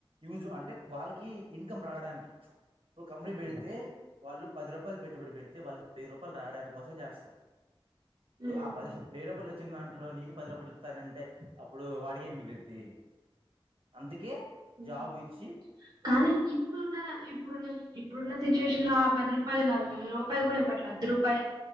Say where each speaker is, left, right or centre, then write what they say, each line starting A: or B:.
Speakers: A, on the right; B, on the right.
A: యూజు అంటే వాళ్ళకి ఇన్కమ్ రావడానికి ఇప్పుడు కంపెనీ పెడితే వాళ్ళు పది రూపాయలు పెట్టుబడి పెడిారు వాళ్ళకి వెయ్యి రూపాయలు రావడానికి కోసం చేస్తారు ఇప్పుడు
B: ఉమ్
A: ఆ పది వెయ్యి రూపాయలు వచ్చిన దాంట్లో నీకు పది రూపాయలు ఇస్తారంటే అప్పుడు వాడికేమి మిగిలిది అందుకే
B: ఉమ్
A: జాబిజ్
B: కానీ ఇప్పుడున్న ఇప్పుడున్న ఇప్పుడున్న సిచ్యువేషన్ లో ఆ పది రూపాయలు కాదు వ రూపాయలు కూడా ట్లా ద రూపాయ